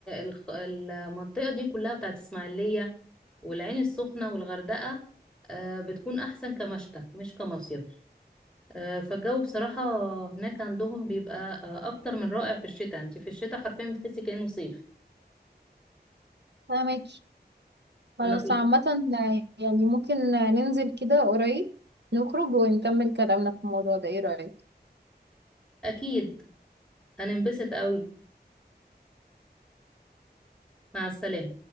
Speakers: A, in the centre; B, on the right (about 75°).
A: الخ- المنطقة دي كلها بتاعت إسماعيلية والعين السخنة والغردقة آه، بتكون أحسن كمشتى مش كمصيف آه، فالجو بصراحة هناك عندهم بيبقى آه، أكتر من رائع في الشتاء انت في الشتاء حرفيا بتحسي كأنه صيف
B: فاهمك خلاص
A: أنا في...
B: عامة يعني ممكن ننزل كده قريب نخرج ونكمل كلامنا في الموضوع ده ايه رأيك؟
A: أكيد هننبسط قوي مع السلامة